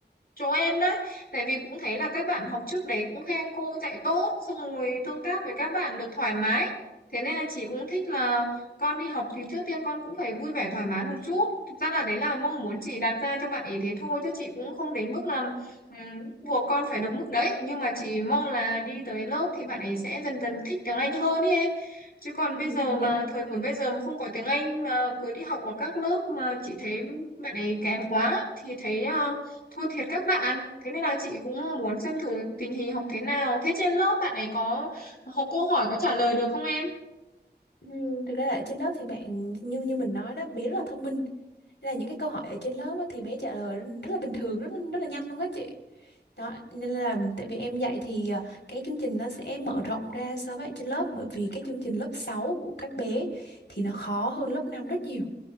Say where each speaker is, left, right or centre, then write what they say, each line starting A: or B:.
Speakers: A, on the left; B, on the left.
A: chỗ em đấy. Tại vì cũng thấy là các bạn học trước đấy cũng khen cô dạy tốt, xong rồi tương tác với các bạn được thoải mái. Thế nên là chị cũng thích là con đi học thì trước tiên con cũng phải vui vẻ thoải mái một chút. Thực ra là đấy là mong muốn chị đặt ra cho bạn ấy thế thôi chứ chị cũng không đến mức là Ừ, buộc con phải được mức đấy nhưng mà chỉ mong là đi tới lớp thì bạn ấy sẽ dần dần thích tiếng Anh hơn ý em chứ còn
B: Ừ,
A: bây giờ mà
B: dạ đúng
A: thời
B: rồi
A: buổi bây giờ mà không có tiếng Anh mà cứ đi học ở các lớp mà chị thấy bạn ấy kém quá thì thấy ờ, thua thiệt các bạn thế nên là chị cũng muốn xem thử tình hình học thế nào thế trên lớp bạn ấy có học câu hỏi có trả lời được không em
B: Ừm, thực ra là ở trên lớp thì bạn như như mình nói đó bé rất là thông minh Nên là những cái câu hỏi ở trên lớp á, thì bé trả lời rất là bình thường rất là, rất là nhanh luôn á chị đó nên là tại vì em dạy thì ờ, cái chương trình nó sẽ mở rộng ra so với ở trên lớp bởi vì cái chương trình lớp 6 của các bé thì nó khó hơn lớp 5 rất nhiều